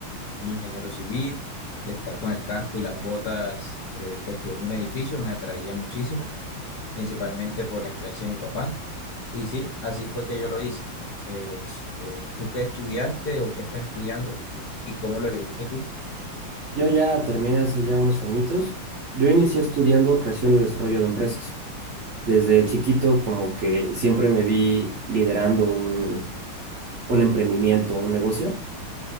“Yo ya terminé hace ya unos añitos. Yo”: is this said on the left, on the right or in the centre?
Right